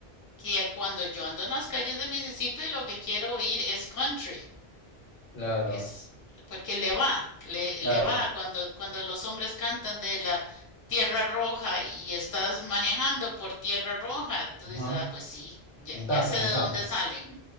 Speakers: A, on the left (about 20°); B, on the left (about 60°).
A: que cuando yo ando en las calles de Mississippi lo que quiero oír es country.
B: Claro,
A: Es porque le va, le,
B: claro.
A: le va cuando, cuando los hombres cantan de la tierra roja y estás manejando por tierra roja, tú dices,
B: Ajá.
A: ah, pues sí, ya,
B: Encaja,
A: ya sé de
B: encaja.
A: dónde salen.